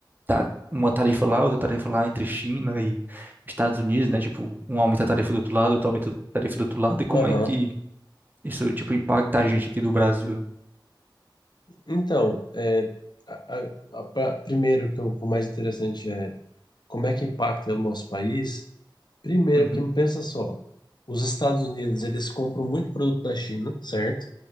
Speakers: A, on the right; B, on the left.
A: ta- uma tarifa lá, outra tarifa lá entre China e Estados Unidos, né? Tipo, um aumenta a tarifa do outro lado, outro aumenta a tarifa do outro lado, e como
B: Aham.
A: é que isso, tipo, impacta a gente aqui do Brasil?
B: Então, é, a- a- a- pra- primeiro, que eu- o mais interessante é como é que impacta o nosso país. Primeiro,
A: Uhum,
B: porque pensa só, os Estados Unidos, eles compram muito produto da China, certo?